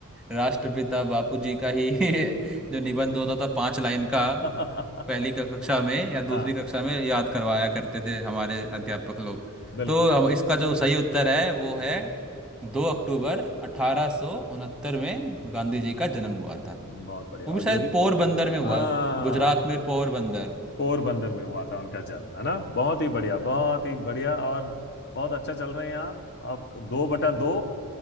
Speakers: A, in the centre; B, on the left.
A: राष्ट्रपिता बापूजी का ही <laughs> जो निबंध होता था पांच लाइन का
B: <laughs>
A: पहली कक्षा में या दूसरी
B: हाँ
A: कक्षा में याद करवाया करते थे हमारे अध्यापक लोग
B: बिल्कुल
A: तो हम इसका जो सही उत्तर है वो है दो अक्टूबर 1869 में गांधी जी का जन्म हुआ था
B: बहुत बढ़िया
A: वो
B: और
A: भी शायद
B: ये भी
A: पोरबंदर में हुआ
B: हाँ
A: गुजरात में पोरबंदर
B: पोरबंदर में हुआ था उनका जन्म है ना बहुत ही बढ़िया बहुत ही बढ़िया और बहुत अच्छा चल रहे हैं आप आप दो बटा दो